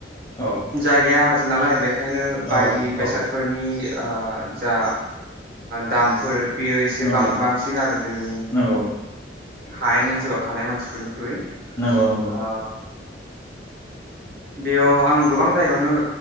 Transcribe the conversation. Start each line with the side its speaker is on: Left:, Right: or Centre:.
Left: औ
Right: जायगाया हाजो नालाय बेखायनो बेखायनो बायदि
Left: औ
Right: बेसादफोरनि
Left: औ
Right: आ जा दामफोर बेयो एसे
Left: नंगौ
Right: बांसिन आरो जोंनि
Left: नंगौ
Right: हायेन ओनसोलाव थानाय मानसिफोरनिख्रुइ
Left: नंगौ नंगौ
Right: औ बेयाव आं गोबां जायगायावनो